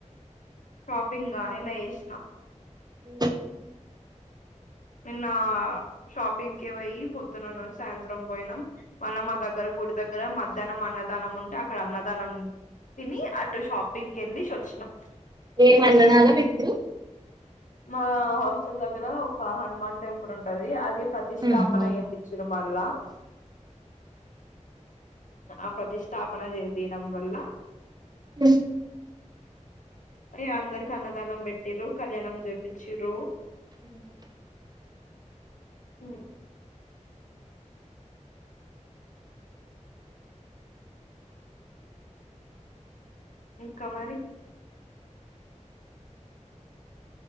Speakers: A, on the left; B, on the right.
A: షాపింగ్ గానీన్న వేసినా
B: అ
A: నిన్న షాపింగ్ కవయి పొద్దునన్న సాయంత్రం పోయినాం మళ్ళ మా దగ గుడి దగ్గర మధ్యాహ్నం మ అన్నదానం ఉంటే అక్కడ అన్నదనం తిని ఆటో షాపింగ్కి గెళ్లి చ వచ్చినం
B: ఏ అనడాగా విట్లు
A: మా హాస్టల్ దగ్గర ఒక హనుమాన్ టెంపుల్ ఉంటది అది ప్రతి స్థాపించల
B: ఆహా
A: చేపించును మల్ళా ఆ ప్రతిష్టాపన చేపయడం వల్ల
B: అ
A: అయ అందరి కన్నదానం పెట్టటిరు కళ్యాణం పిచ్చి రో
B: హ
A: హ ఇంకా మరి